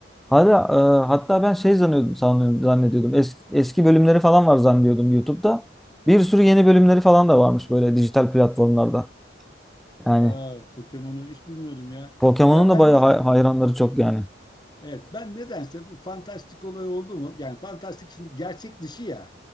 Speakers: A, in the centre; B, on the left.
A: Hala,
B: Ha.
A: e, hatta ben şey zannediyordum, sanıyordum- zannediyordum. Eski, eski bölümleri falan var zannediyordum YouTube'da. Bir sürü yeni bölümleri falan da varmış böyle dijital platformlarda. Yani
B: Aa, Pokemon'u hiç bilmiyordum ya.
A: Pokemon'un
B: Ya bende
A: da bayağı hay-
B: de
A: hayranları çok yani.
B: Evet, ben nedense bu fantastik olay oldu mu? Yani fantastik şimdi gerçek dışı ya.